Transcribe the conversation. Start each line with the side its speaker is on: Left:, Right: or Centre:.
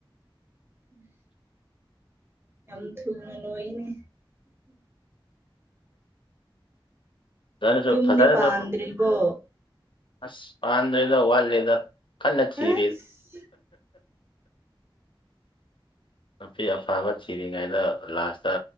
Right: <inaudible> ꯌꯥꯝꯝ ꯊꯨꯅ ꯂꯣꯏꯅꯦ
Left: ꯐꯖꯔꯖꯨ
Right: ꯌꯨꯝꯗꯤ
Left: ꯐꯖꯔꯖꯨ
Right: ꯄꯥꯟꯗ꯭ꯔꯤꯕꯣ
Left: ꯑꯁ ꯄꯥꯟꯗꯔꯦꯗ ꯋꯥꯟ ꯗꯦꯗ ꯀꯟꯅ ꯊꯤꯔꯤ
Right: ꯑꯁ
Left: ꯅꯨꯄꯤ ꯑꯐꯕ ꯊꯤꯔꯤꯉꯩꯗ ꯂꯥꯁꯇ